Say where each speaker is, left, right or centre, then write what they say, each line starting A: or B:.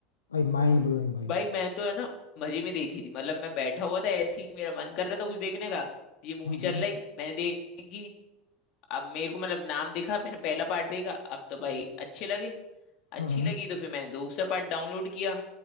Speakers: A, on the left (about 80°); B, on the left (about 50°).
A: भाई माइंड ब्लोइंग भाई
B: भाई मैं तो है ना मजे में देखी थी मतलब मैं बैठा हुआ था ऐसे ही मेरा मन कर रहा था कुछ देखने का ये मूवी
A: हम्म
B: चल रही मैंने देखी अब मेरे को मतलब नाम दिखा मैंने पहला पार्ट देखा अब तो भाई अच्छे लगे अच्छी
A: हम्म
B: लगी
A: हम्म।
B: तो फिर मैंने दूसरा पार्ट डाउनलोड किया